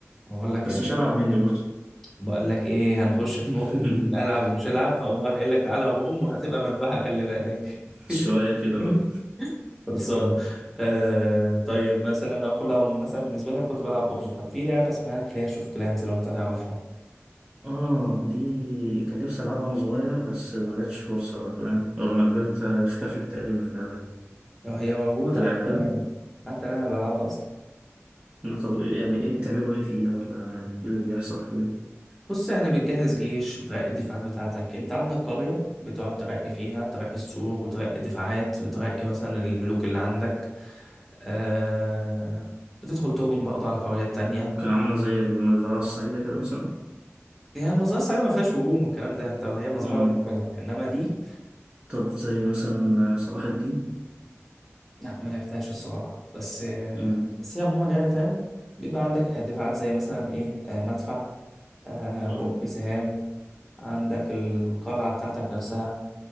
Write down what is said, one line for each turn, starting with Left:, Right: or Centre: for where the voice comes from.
Centre: بقول لك
Right: بس مش هلعب مني برضه
Centre: بقول لك ايه هنخش في
Right: <laughs>
Centre: نقطة الالعب ومش العب هقوم راح قايل لك تعالى روم وهتبقى مذبحة خلي بالك
Right: شوية كده
Centre: <laughs>
Right: بقى
Centre: خلصانة آه طيب مثلا انا كل أول- مثلا بالنسبة لي انا كنت بلعب ببجي طب في لعبة اسمها كلاش اوف كلانز لو انت تعرفها
Right: اه دي كان نفسي ألعبها وأنا صغير بس ما جاتش فرصة بقى فاهم ولما كبرت اختفت تقريبا اللعبة دي
Centre: لو هي موجودة
Right: أنت لعبتها؟
Centre: حتى الآن حتى الآن انا بلعبها اصلا
Right: طب يعني ايه بتعملوا ايه فيها ولا ايه اللي بيحصل فيها؟
Centre: بص يعني بتجهز جيش بترقي الدفاعات بتاعتك انت عندك قرية بتقعد ترقي فيها ترقي السور وترقي الدفاعات وترقي مثلا الملوك اللي عندك آه بتدخل تهجم برضه على قريات تانية
Right: ممكن عاملة زي المزرعة السعيدة كده مثلا
Centre: هي المزرعة السعيدة ما فيهاش هجوم والكلام ده انت هي مزرعة
Right: مم.
Centre: بتعملها انما دي
Right: طب زي مثلا صلاح الدين
Centre: لا ما لعبتهاش الصراحة بس
Right: مم.
Centre: بس هي عموما يعني فاهم بيبقى عندك دفاعات زي مثلا ايه آه، مدفع آه، برج
Right: اه
Centre: سهام عندك القلعة بتاعتك نفسها